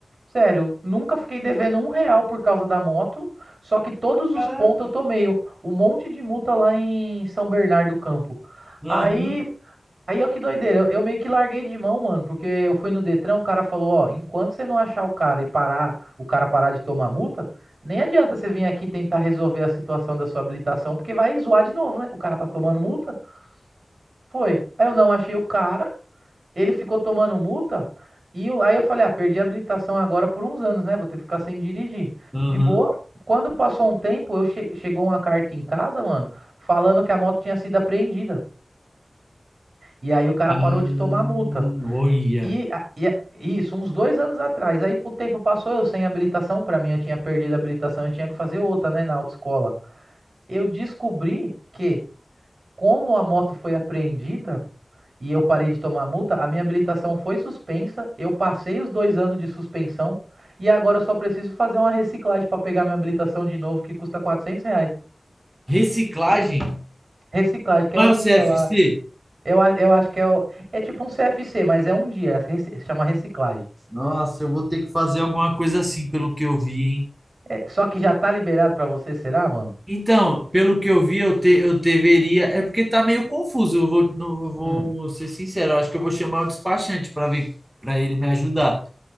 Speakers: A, on the right; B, on the right.
A: Sério, nunca fiquei devendo um real por causa da moto. Só que todos
B: Caraca.
A: os pontos eu tomei. Um monte de multa lá em São Bernardo do Campo.
B: Aham.
A: Aí Aí, ó, que doideira. Eu, eu meio que larguei de mão, mano, porque eu fui no Detran, o cara falou, ó, enquanto você não achar o cara e parar, o cara parar de tomar multa, nem adianta você vir aqui tentar resolver a situação da sua habilitação, porque vai zoar de novo, né? O cara tá tomando multa. Foi. Aí eu não achei o cara, ele ficou tomando multa, e eu- aí eu falei, ah, perdi a habilitação agora por uns anos, né? Vou ter que ficar sem dirigir.
B: Aham.
A: De boa. Quando passou um tempo, eu che- chegou uma carta em casa, mano, falando que a moto tinha sido apreendida. E aí o cara
B: Ah,
A: parou de tomar multa.
B: olha.
A: E, a- e a- isso, uns dois anos atrás. Aí o tempo passou, eu sem habilitação. Pra mim, eu tinha perdido a habilitação, eu tinha que fazer outra, né, na autoescola. Eu descobri que, como a moto foi apreendida e eu parei de tomar multa, a minha habilitação foi suspensa. Eu passei os dois anos de suspensão e agora eu só preciso fazer uma reciclagem pra pegar minha habilitação de novo, que custa 400 reais.
B: Reciclagem.
A: Reciclagem, que
B: Não
A: é um
B: é o CFC?
A: dia lá. Eu, a- eu acho que é, o- é tipo um CFC, mas é um dia, reci- chama reciclagem.
B: Nossa, eu vou ter que fazer alguma coisa assim, pelo que eu vi, hein?
A: É, só que já tá liberado pra você, será, mano?
B: Então, pelo que eu vi, eu, te, eu deveria. É porque tá meio confuso. Eu vou, não- eu vou
A: Hum.
B: ser sincero. Eu acho que eu vou chamar o despachante para ver, para ele me ajudar.